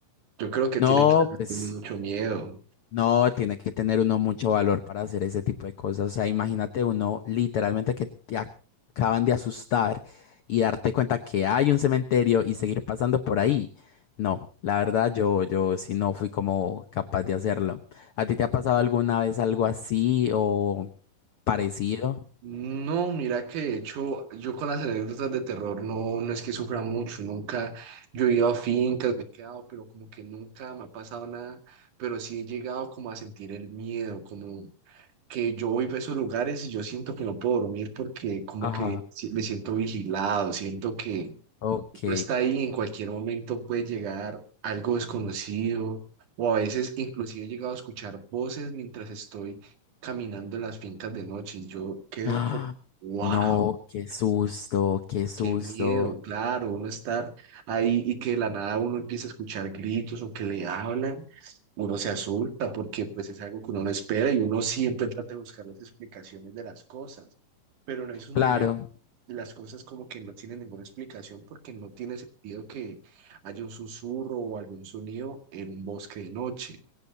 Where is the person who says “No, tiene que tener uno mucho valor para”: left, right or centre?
Left